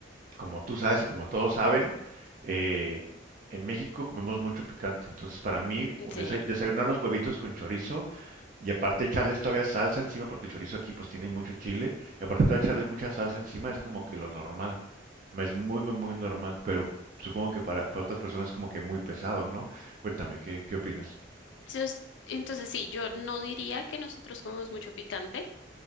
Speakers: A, on the right; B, on the left.
A: como tú sabes y como todos saben, eh, en México comemos mucho picante. Entonces, para mí, un
B: Sí.
A: desay- desayunar unos huevitos con chorizo y aparte echarles todavía salsa encima, porque el chorizo aquí pues tiene mucho chile, y aparte todavía echarles mucha salsa encima es como que lo normal. Es muy, muy, muy normal, pero supongo que para, para otras personas es como que muy pesado, ¿no? Cuéntame, ¿qué, qué opinas?
B: Entonces, entonces sí, yo no diría que nosotros comemos mucho picante.